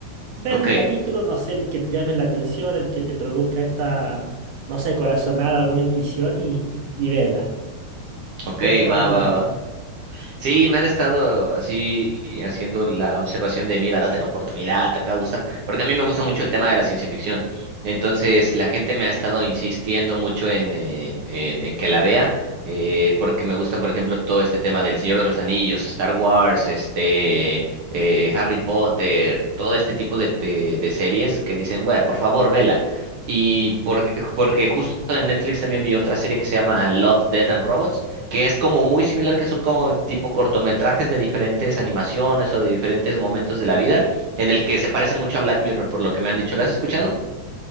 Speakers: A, on the right (about 65°); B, on the right (about 80°).
A: Ver
B: Ok,
A: un capítulo, no sé, el que te llame la atención, el que te produzca esta, no sé, corazonada, alguna intuición y, y vela.
B: ok,
A: Yo te la
B: va,
A: recomiendo.
B: va, va. Sí, me han estado así haciendo la observación de, mira, date la oportunidad, te va a gustar, porque a mí me gusta mucho el tema de la ciencia ficción. Entonces, la gente me ha estado insistiendo mucho en, en, en- en que la vea, eh, porque me gusta, por ejemplo, todo este tema del Señor de los Anillos, Star Wars, este, eh, Harry Potter, todo este tipo de, de, de series que dicen, bueno, por favor, vela. Y por- porque justo en Netflix también vi otra serie que se llama Love, Dead and Robots que es como muy similar, que son como tipo cortometrajes de diferentes animaciones o de diferentes momentos de la vida, en el que se parece mucho a Black Mirror, por lo que me han dicho. lo has escuchado?